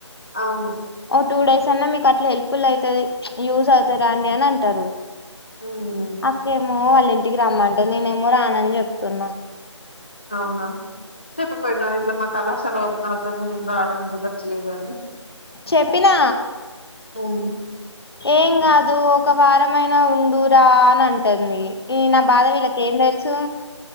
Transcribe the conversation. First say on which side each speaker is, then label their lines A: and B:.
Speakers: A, on the left (about 20°); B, on the left (about 55°).
A: అవును
B: ఓ టూ డేస్ అన్నా మీకు అట్లా హెల్ప్ఫుల్ అయితది యూజ్ అయితది రండి అని అంటరు
A: హ్మ్
B: అక్కేమో వాళ్ళ ఇంటికి రమ్మంటరూ నేనేమో రానని చెప్తున్నా
A: అవున చెప్పపోయినా ఇట్లా మా కళాశాల ఎప్పంది నింద ఆడాడం కుదర్ట్లేదని
B: చెప్పినా
A: హ్మ్
B: ఏంగాదు ఒక్క వారమయినా ఉడుూరా అని అంటుంది ఈ నా బాధ విల్లకేం తెలుసు